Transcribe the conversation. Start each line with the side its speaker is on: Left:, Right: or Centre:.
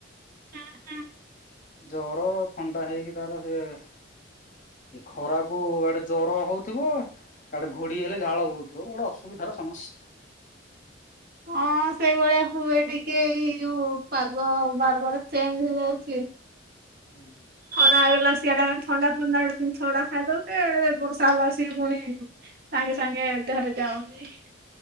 Right: ହୁଁ ହୁଁ।
Left: ଜର ଥଣ୍ଡା ହେଇକି ତାର ସେ ଖରାକୁ ଆଡେ ଜର ହଉଥିବ ଆଡେ ଘୋଡି ହେଲେ ଝାଳ ବୋହୁଥିବ ବଡ ଅସୁବିଧା। ସୁବିଧାର ସମସ୍ୟା।
Right: ହଁ ସେଇଭଳିଆ ହୁଏ ଟିକେ ଏଇ ଯୋଉ ପାଗ ବାର। ପରେ ଚେଞ୍ଚ୍ ହେଇଯାଉଛି।
Left: ହୁଁ
Right: ନା ଲୋ ସିଆଡେଥଣ୍ଡା ଫଣ୍ଡା ଖାଇଦେଉଚେ ଆଡେ ବର୍ଷା ହେଲାବେଳକୁ ପୁଣି ସାଙ୍ଗେ ସାଙ୍ଗେ ଦେହରେ ଯାଉନି